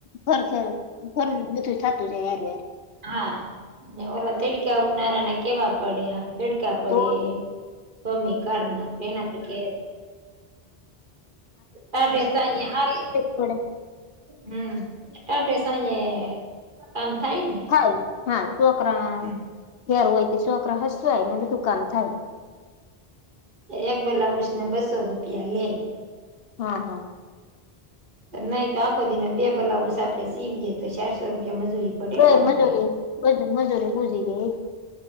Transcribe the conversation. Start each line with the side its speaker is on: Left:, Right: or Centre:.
Left: ઘર ઘર ઘર બધું થતું જાય યારાર
Right: હા ઓલા તડ કે ઉનાળાના કેવા પડે હ ટકા પડે
Left: તો
Right: સ્વામી કાર ના તેનાથી કે સાડે તાઈયા હલે
Left: બડ
Right: હમટાઢે સાયે કામ થાય ને
Left: થાય હા છોકરા
Right: હમ
Left: ઘેર હોય, તે છોકરા હસવાય ને બધુ કામ થાય.
Right: એક બ્લાઉઝ ના બસો રૂપિયા લે
Left: હા
Right: તો નહીં તો આખો દી ના બે બ્લાઉઝ આપડે સીવીએ તો ચારસો રૂપિયા મજૂરી પડે
Left: તો
Right: ને
Left: ઈ
Right: આપડે
Left: મજૂરીજ મજૂરી ખુઝી ગઈ.